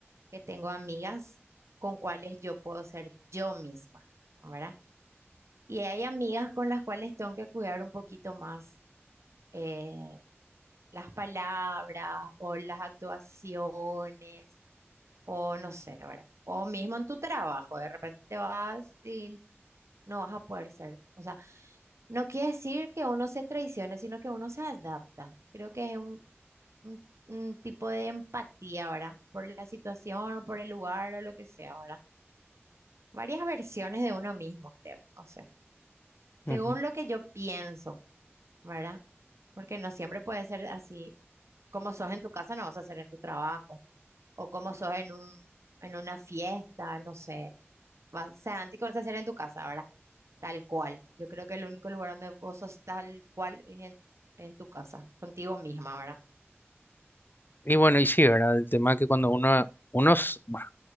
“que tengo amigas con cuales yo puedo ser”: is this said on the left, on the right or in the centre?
Right